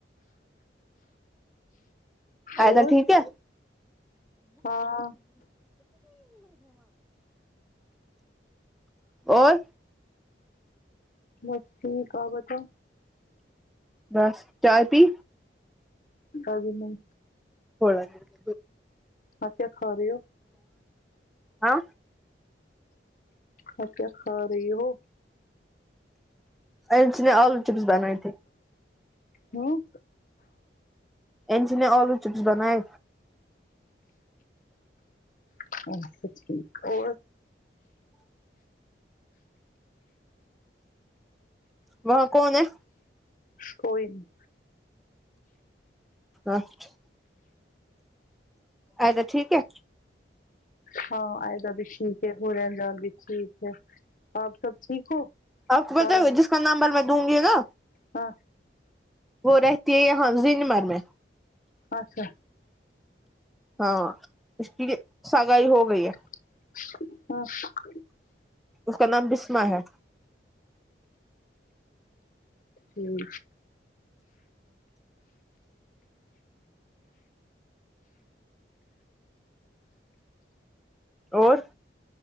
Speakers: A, in the centre; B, on the left.
A: آد
B: اور
A: ٹھیک ہے
B: ہاں
A: اور
B: بس ٹھیک آو بتاؤ
A: بس چائے پی
B: ہے میم
A: ک گ
B: اب کیا کھارے ہو
A: ہاں
B: اب کیا کھا رہی ہو
A: انے آلو چپس بنانے تھے
B: ہوں
A: انجی نے آلو چپس بنائے
B: اچھا ٹھیک اور
A: وہاں کون ہے
B: کوئی نہیں
A: اچھا اجا ٹھیک ہے
B: ہاں آئدہ بھی ٹھیک ہے ہو رہندہ بھی ٹھیک ہے آپ سب ٹھیک ہو
A: آپ کو پتہ
B: چالا
A: ہے و جس کا نمبر میں دوں گی نا
B: ہاں
A: وہ رہتی ہے یہاں زنمر میں
B: اچھا
A: ہاں اس کی سگائی ہو گئی ہے
B: ہاں
A: اس کا نام بسما ہے
B: ہوں
A: اور